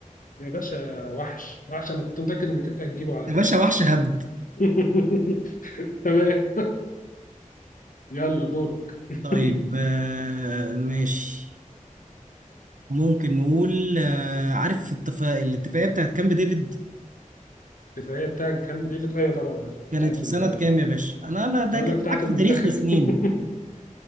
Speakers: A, on the left (about 80°); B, on the right (about 70°).
A: يا باشا وحش وحش انا كنت متأكد انك انت هتجيبه على
B: يا
A: فكرة
B: باشا وحش هبد
A: <laughs> تمام يلا دورك <laughs>
B: طيب أه ماشي ممكن نقول آه، عارف الاتفاق الاتفاقية بتاعت كامب ديفيد
A: الدفاعية بتاعك كان بتيجي أيوة طبعا عارفها
B: كانت
A: بتاعت
B: في
A: ال
B: سنة كام يا باشا؟ أنا أنا
A: كنت
B: ده
A: هقول
B: جاي
A: لك بتاعت
B: معاك
A: المنتخب
B: في تاريخ وسنين
A: <laughs>